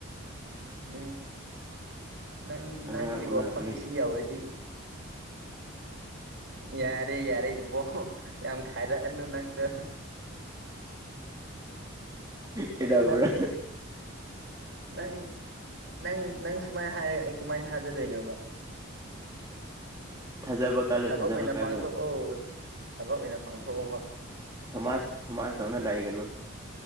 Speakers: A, on the right; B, on the right.
A: ꯎꯝ ꯅꯪ
B: ꯑꯉꯥꯡ
A: ꯅꯪꯒꯤ
B: ꯎꯅꯕꯒꯤ
A: ꯋꯥꯐꯝꯁꯤ ꯌꯥꯎꯔꯗꯤ ꯌꯥꯔꯦ ꯌꯥꯔꯦ ꯏꯕꯣ ꯌꯥꯝ ꯈꯥꯏꯔꯛꯑꯅꯨ ꯅꯪꯁꯨ
B: ꯀꯩꯗꯧꯕ꯭ꯔꯥ
A: ꯅꯠꯇꯦ ꯅꯪ ꯅꯪ ꯅꯪ ꯅꯪ ꯁꯨꯃꯥꯏꯅ ꯍꯥꯏꯔꯒ ꯑꯩ ꯀꯃꯥꯏꯅ ꯊꯥꯖꯗꯣꯏꯅꯣꯕ
B: ꯊꯖꯥꯕ ꯀꯜꯂꯨ
A: ꯊꯕꯛ
B: ꯊꯥꯖꯕ
A: ꯑꯣꯏꯅ
B: ꯀꯜꯂꯨ
A: ꯄꯥꯡꯊꯣꯛꯑꯣ ꯊꯕꯛ ꯑꯣꯏꯅ ꯄꯥꯡꯊꯣꯛꯑꯣꯕ
B: ꯊꯣꯃꯥꯁ ꯊꯣꯃꯥꯁ ꯇꯧꯅ ꯂꯥꯛꯏꯒꯅꯨ